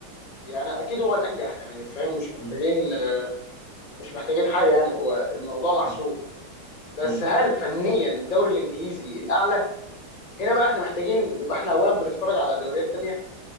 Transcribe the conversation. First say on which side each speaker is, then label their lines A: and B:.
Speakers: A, on the left (about 75°); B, on the left (about 45°).
A: يعني اكيد هو الانجح يعني فاهم مش محتاجين
B: م.
A: مش محتاجين حاجه يعني هو الموضوع محسوم
B: م.
A: بس
B: م.
A: هل فنيا الدوري الانجليزي الاعلى هنا بقى احنا محتاجين نبقى احنا اولا بنتفرج على دوريات تانيه